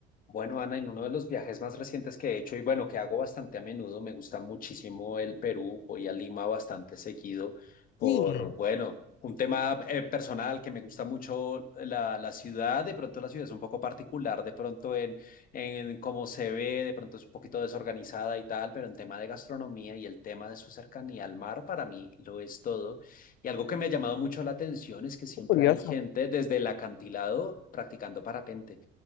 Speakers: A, on the left; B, on the left.
A: Bueno, Ana, en uno de los viajes más recientes que he hecho y bueno, que hago bastante a menudo, me gusta muchísimo el Perú, voy a Lima bastante seguido por,
B: Sí,
A: bueno, un tema eh, personal que me gusta mucho la, la ciudad, de pronto la ciudad es un poco particular, de pronto en, en cómo se ve, de pronto es un poquito desorganizada y tal, pero en tema de gastronomía y el tema de su cercanía al mar, para mí lo es todo. Y algo que me ha llamado mucho la atención es que siempre
B: qué curioso.
A: hay gente desde el acantilado practicando parapente.